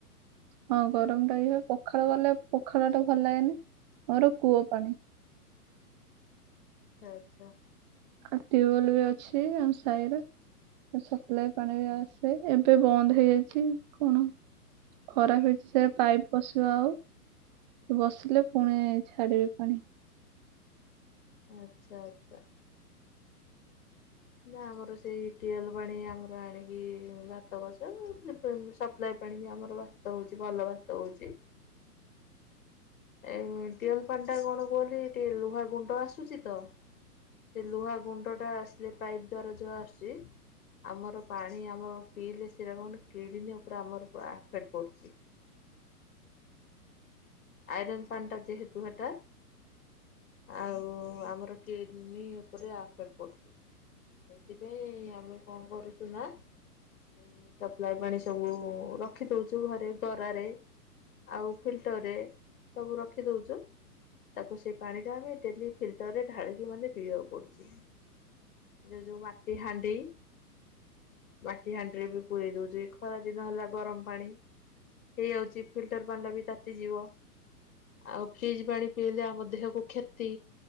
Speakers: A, on the right (about 30°); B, on the left (about 60°).
A: ହଁ ଗରମ ଟା ଇଏ ପଖାଳ ଗଲେ ପ ଖାଳ ଟା ଭଲ ହେଇନି ମୋର କୂଅ ପାଣି।
B: ଆଚ୍ଛା।
A: ଆଉ ଟ୍ୟୁୱଲ୍ ବି ଅଛି ଆମ ସାହିରେ। ସପ୍ଲାାଇ ପାଣି ବି ଆସେ ଏବେ ବନ୍ଦ ହେଇଯାଇଚି କଣ ଖରାପ ହେଇଛି ସେ ପାଇପ ବସିବା ଆଉ। ବସିଲେ ପୁଣି ଛାଡିବି ପାଣି।
B: ଆଚ୍ଛା ଆଚ୍ଛା। ନା ଆମର ସେଇ ଟିୱଲ ପାଣି ଆମର ଆଣିକି ଭାତ ବସୋଉ ସପ୍ ପାଣି ଆମର ଭାତ ହଉଛି ଭଲ ଭାତ ହୋଉଚି। ଏ ଟିୱେଲ ପାଣି ଟା କଣ କୁହନ୍ତି ଟିକେ ଲୁହା ଗୁଣ୍ଡ ଆସୁଚି ତ। ସେ ଲୁହା ଗୁଣ୍ଡ ଟା ଆସିଲେ ପାଇପ୍ ଦ୍ଵାରା ଯୋହା ଆସୁଚି ଆମର ପାଣି ଆମର ପିଇଲେ ସେରା କଣ କିଡ଼ିନୀ ଉପରେ ଆମର ଏଫେଟ୍ ପଡୁଚି।। ଆଇରନ୍ ପାଣୀ ଟା ଯେହେତୁ ହେଟା ଆଉ ଆମର କିଡ୍ନୀ ଉପରେ ଆଫେଟ୍ ପଡୁଚି। ସେଇଥିପାଇଁ ଆମେ କଁ କରୁଚୁ ନା ଏଇ ସପ୍ଲାାଏ ପାଣି ସବୁ ରଖି ଦୋଉଚୁ ଘରେ ଗରାରେ। ଆଉ ଫିଲ୍ଟରରେ ସବୁ ରଖିଦୋଉଚୁ। ତାକୁ ସେ ପାଣି ଟା ଆମେ ଡେଲି ଫିଲଟରରେ ଢାଳିକି ମାନେ ପିଇବାକୁ ପଡୁଚି। ଯୋଉ ଯୋଉ ମାଟି ହାଣ୍ଡି। ମାଟି ହାଣ୍ଡିରେ ବି ପୁରମରେଇ ଦୋଉଚୁ ଏଇ ଖରା ଦିନ ହେଲା ଗରମ୍ ପାଣି। ହେଇଯାଉଚି ଫିଲ୍ଟର୍ ପାଣି ଟା ବି ତାତି ଯିବ। ଆଉ ଫ୍ରିଜ୍ ପାଣି ପିଇଲେ ଆମ ଦେହକୁ କ୍ଷତି।